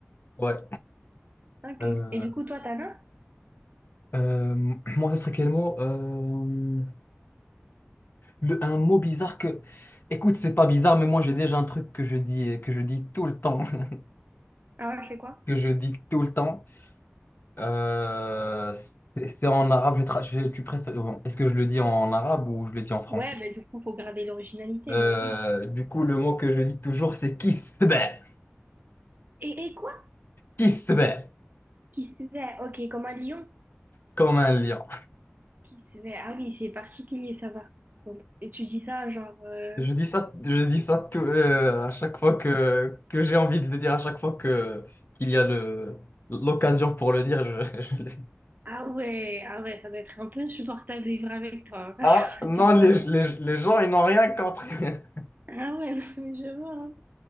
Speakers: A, on the left; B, on the right.
A: ouais.
B: Ok.
A: Euh,
B: Et du coup, toi, t'en as?
A: euh, <clears throat> moi, ce serait quel mot? Euh, Le- un mot bizarre que, écoute, c'est pas bizarre, mais moi j'ai déjà un truc que je dis, que je dis tout le temps, <laughs>
B: Ah ouais, je fais quoi?
A: que je dis tout le temps. Euh, c'est c'est en arabe. Je tra- je- tu préfères, bon, est-ce que je le dis en arabe ou je le dis en français?
B: Ouais, mais du coup, faut garder l'originalité,
A: Euh,
B: donc oui.
A: du coup, le mot que je dis toujours, c'est kisbeh,
B: Et, et quoi?
A: kisbeh,
B: Qui se fait? Ok, comme un lion.
A: comme un lion.
B: Qui se fait? Ah oui, c'est particulier, ça va. Et tu dis ça, genre... euh,
A: Je dis ça, je dis ça tout- euh, à chaque fois que, que j'ai envie de le dire, à chaque fois que qu'il y a le l'occasion pour le dire, je, <laughs> je le
B: Ah ouais, ah ouais, ça doit être un peu insupportable de vivre avec toi. hein,
A: Ah,
B: <laughs> je crois.
A: non, les, les, les gens, ils n'ont rien compris. <laughs>
B: Ah ouais, non, mais je vois. hein.